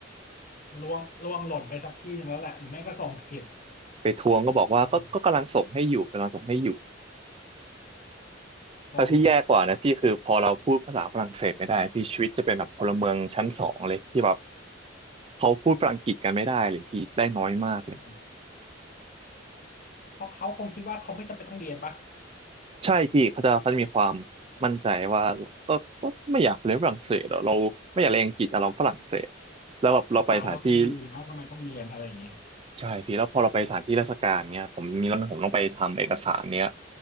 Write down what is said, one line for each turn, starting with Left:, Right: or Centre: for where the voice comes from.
Left: ล่วงล่วงหล่นไปสักที่หนึ่งแล้วแหละหรือไม่ก็ส่งผิด
Right: ไปทวงก็บอกว่าก็ก็กำลังส่งให้อยู่กำลังส่งให้อยู่
Left: ส่งส่ง
Right: แล้วที่แย่กว่านะพี่คือพอเราพูดภาษาฝรั่งเศสไม่ได้พี่ชีวิตจะเป็นแบบพลเมืองชั้นสองเลยที่แบบเขาพูดฝรั่งอังกฤษกันไม่ได้เลยพี่ได้น้อยมากเลย
Left: อืมเพราะเขาคงคิดว่าเขาไม่จำเป็นต้องเรียนปะ
Right: ใช่พี่เขาจะเขาจะมีความมั่นใจว่าก็ก็ไม่อยากเรียนฝรั่งเศสหรอกเราไม่อยากเรียนอังกฤษแต่เราฝรั่งเศสแล้วแบบเราไปสถานที่
Left: ภาษาเรามีอยู่แล้วทำไมต้องเรียนอะไรอย่างเงี้ย
Right: ใช่พี่แล้วพอเราไปสถานที่ราชการเนี้ยผมมีเรื่องผมต้องไปทำเอกสารเนี้ย